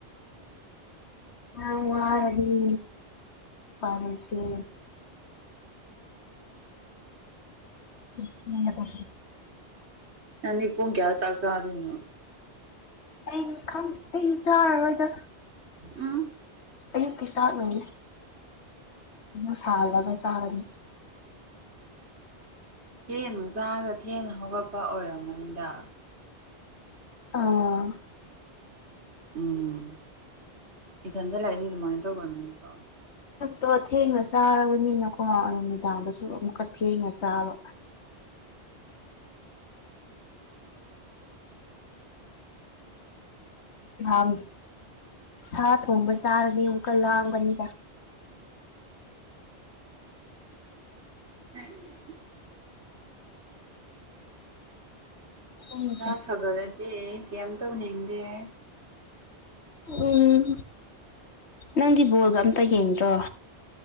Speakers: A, on the left; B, on the right.
A: ꯑ ꯋꯥꯔꯗꯤ ꯃꯔꯔꯗꯤ ꯇ
B: ꯑꯅꯤ ꯄꯨꯡ ꯀꯌꯥ ꯆꯥꯛꯆꯥ ꯑꯗꯨꯅꯣ
A: ꯑ ꯈ ꯑ ꯆꯔ ꯋꯥꯗ
B: ꯑ
A: ꯑꯌꯨꯛꯀꯤ ꯆꯥꯛꯅꯤ ꯑꯗꯨ ꯁꯥꯜꯂꯒ ꯆꯥꯕꯅꯤ
B: ꯊꯦꯟ ꯃ ꯆꯥꯔꯒ ꯊꯦꯅ ꯍꯧꯒꯠꯄ ꯑꯣꯏꯔꯝꯃꯅꯤꯗ
A: ꯑꯥ
B: ꯎꯝ ꯏꯊꯟꯇ ꯂꯥꯛꯏꯗꯤ ꯑꯗꯨꯃꯥꯏꯅ ꯇꯧꯒꯕꯅꯤꯀꯣ
A: ꯑꯣ ꯊꯦꯡꯅ ꯆꯥꯔꯕꯅꯤꯅꯀꯣ ꯅꯨꯃꯤꯗꯥꯡꯗꯁꯨ ꯑꯃꯨꯛꯀ ꯊꯦꯡꯅ ꯆꯥꯕ ꯖ ꯁꯥ ꯊꯣꯡꯕ ꯆꯥꯔꯅꯤ ꯑꯃꯨꯛꯀ ꯂꯥꯛꯑꯒꯅꯤꯗ
B: ꯑꯁ
A: ꯎꯝ
B: ꯏꯁꯥ ꯁꯥꯒꯠꯂꯗꯤꯦ ꯀꯩꯝ ꯇꯧꯅꯤꯡꯗꯦ
A: ꯎꯝ ꯅꯪꯗꯤ ꯕꯣꯜꯒ ꯑꯝꯇ ꯌꯦꯡꯗ꯭ꯔꯣ